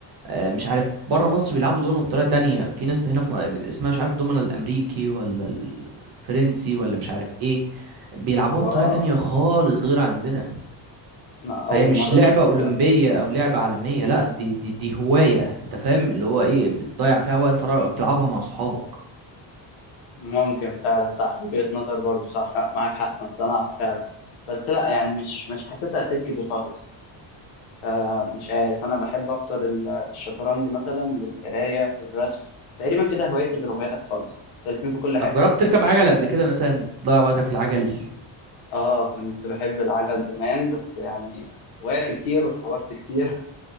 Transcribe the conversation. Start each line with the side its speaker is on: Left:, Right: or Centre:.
Right: اه مش عارف بره مصر بيلعبوا دومنة بطريقة تانية في ناس هنا في م- اسمها مش عارف دومنة الامريكي ولا الفرنسي ولا مش عارف ايه بيلعبوها
Left: واو
Right: بطريقة تانية خالص غير عندنا
Left: أنا
Right: فهي
Left: أول
Right: مش
Left: مرة
Right: لعبة
Left: أسمع الكلام
Right: أولمبية
Left: ده
Right: أو لعبة عالمية لا دي دي دي هواية انت فاهم اللي هو ايه بتضيع فيها وقت فراغ بتلعبها مع صحابك
Left: ممكن فعلا صح وجهة نظر برضو صح معاك حق أنا اقتنعت فعلا بس لا يعني مش مش حاسسها سكة دي خالص آه مش عارف أنا بحب أكتر ال- الشطرنج مثلا والقراية والرسم تقريبا كده هوايتي غير هواياتك خالص مختلفين في كل حاجة
Right: طب جربت تركب عجل قبل كده مثلا تضيع وقتك في العجل
Left: آه كنت بحب العجل زمان بس يعني وقعت كتير واتعورت كتير